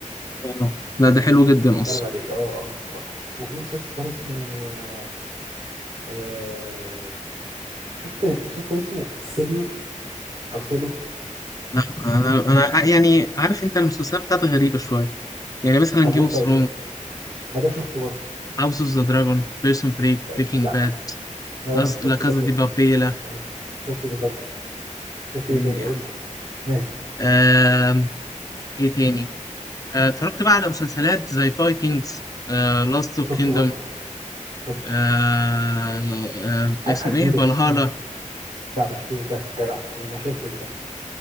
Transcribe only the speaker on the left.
اه لا ده حلو جدا
اصلا
لا انا انا ع- يعني عارف انت المسلسلات بتاعتي غريبة شوية يعني مثلا
جيم اوف
ثرونز
هاوس اوف ذا دراجون بيرسون بريك
بريكنج
باد
لا كازا
دي بابيلا
يعني
آم، ايه تاني آه، اتفرجت بقى على مسلسلات زي فايكنجز لاست
اوف كيندم
آه آه
اسمه
ايه فالهالا